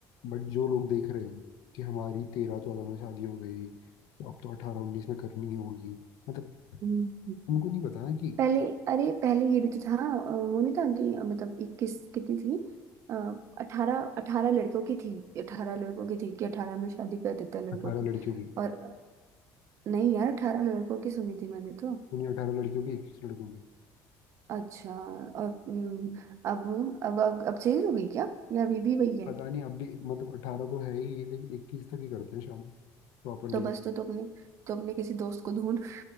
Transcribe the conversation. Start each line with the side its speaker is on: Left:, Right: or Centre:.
Left: बट जो लोग देख रहे हैं कि हमारी तेरह चौदह में शादी हो गई तो अब तो अठारह उन्नीस में करनी होगी मतलब
Right: हम्म, हम्म।
Left: उनको नहीं पता ना कि
Right: पहले अरे पहले ये भी तो था अ, वो नहीं था कि अ, मतलब इक्कीस कितनी थी अठारह अठारह लड़कों की थी अठारह लड़कों की थी कि अठारह में शादी कर देते हैं लड़कों
Left: अठारह
Right: की
Left: लड़कियों की
Right: और नहीं यार अठारह लड़कों की सुनी थी मैंने तो
Left: उन्हीं अठारह लड़कियों की इक्कीस लड़कों की
Right: अच्छा और हम्म, अब अब अब अब चेंज हो गई क्या या अभी भी वही है
Left: पता नहीं अब भी मतलब अठारह तो है ही ये लेकिन इक्कीस तक ही करते हैं शादी Proper deal
Right: तो बस तो तुमने तो अपने किसी दोस्त को ढूंढ